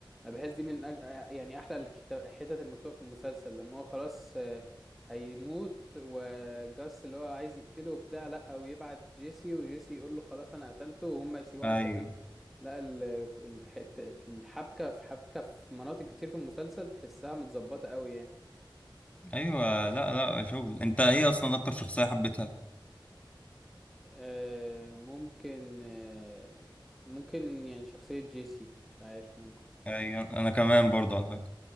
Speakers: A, in the centre; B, on the left.
A: أنا بحس دي من أج... آه، يعني احلى الكتا- الحتت المكتوبه في المسلسل لما هو خلاص آه، هيموت وجاس اللي هو عايز يقتله وبتاع لا ويبعت جيسي وجيسي يقول له خلاص انا قتلته وهم يسيبوه
B: ايوه
A: عايش عشان لا ال- الحتة الحبكة في حبكة في مناطق كتير في المسلسل تحسها متظبطة قوي يعني
B: ايوه لا لا شغل انت ايه اصلا اكتر شخصيه حبيتها
A: آه، ممكن آه، ممكن يعني شخصية جيسي مش عارف ممكن
B: ايوه انا كمان برضو على فكره